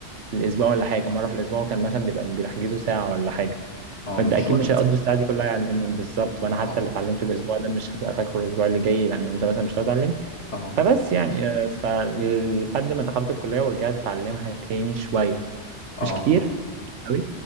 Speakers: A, on the right; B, on the left.
A: في الاسبوع ولا حاجه مره في الاسبوع وكان مثلا بيبقى بيحجزوا ساعه ولا حاجه
B: اه
A: فانت
B: مفيش
A: اكيد
B: وقت
A: مش هيقضوا الساعه دي كلها يعلموني بالظبط وانا
B: اه
A: حتى اللي اتعلمته الاسبوع ده مش هبقى فاكره الاسبوع اللي جاي لانه انت مثلا مش هتعلمني
B: اه
A: فبس يعني آه، فلحد ما دخلت الكليه ورجعت اتعلمها تاني شويه
B: اه
A: مش كتير قوي